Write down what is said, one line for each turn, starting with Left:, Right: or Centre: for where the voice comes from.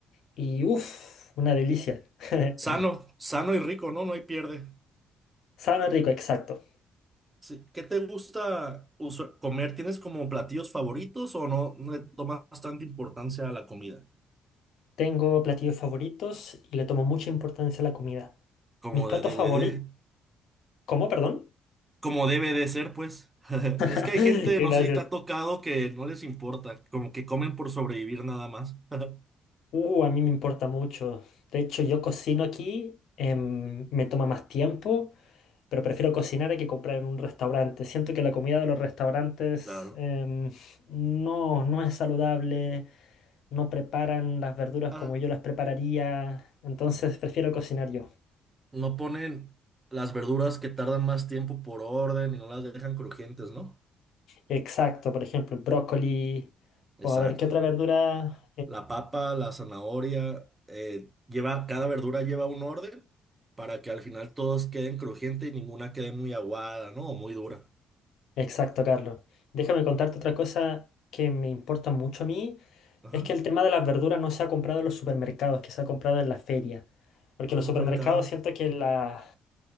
Left: y uff, una delicia. <laughs>
Right: Sano, sano y rico, ¿no? No hay pierde.
Left: Sabe rico, exacto.
Right: Sí. ¿Qué te gusta usu- comer? ¿Tienes como platillos favoritos o no, no le tomas bastante importancia a la comida?
Left: Tengo platillos favoritos y le tomo mucha importancia a la comida.
Right: Como
Left: Mis platos
Right: debe
Left: favoritos...
Right: de,
Left: ¿Cómo, perdón?
Right: como debe de ser, pues. <laughs>
Left: <laughs>
Right: Es que hay gente,
Left: Gracias.
Right: no sé si te ha tocado, que no les importa, como que comen por sobrevivir nada más. <laughs>
Left: Uh, a mí me importa mucho. De hecho, yo cocino aquí, em, me toma más tiempo, pero prefiero cocinar a que comprar en un restaurante. Siento que la comida de los restaurantes
Right: Claro.
Left: em, no, no es saludable, no preparan las verduras
Right: Ah,
Left: como yo las prepararía, entonces prefiero cocinar yo.
Right: No ponen las verduras que tardan más tiempo por orden y no las dejan crujientes, ¿no?
Left: Exacto, por ejemplo, el brócoli,
Right: Exacto.
Left: o a ver, ¿qué otra verdura?
Right: La papa, la zanahoria, eh, lleva, cada verdura lleva un orden para que al final todos queden crujientes y ninguna quede muy aguada, ¿no? O muy dura.
Left: Exacto, Carlos. Déjame contarte otra cosa que me importa mucho a mí,
Right: Ajá.
Left: es que el tema de las verduras no se ha comprado en los supermercados, que se ha comprado en la feria. Porque los
Right: En
Left: supermercados
Right: un mercado.
Left: siento que la,